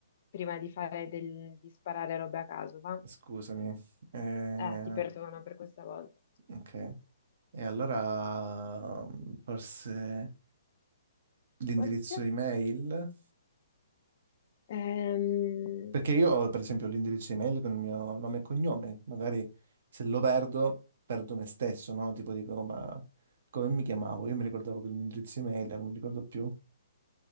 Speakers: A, on the left; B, on the right.
A: prima di fare del- di sparare robe a caso, va?
B: scusami. Eh,
A: Eh, ti perdono per questa volta.
B: ok. E allora mm, forse l'indirizzo
A: Forse?
B: email?
A: Ehm,
B: Perché io ho per esempio l'indirizzo email con il mio nome e cognome. Magari se lo perdo, perdo me stesso, no? Tipo dico, ma come mi chiamavo? Io mi ricordavo che il mio indirizzo email, non mi ricordo più,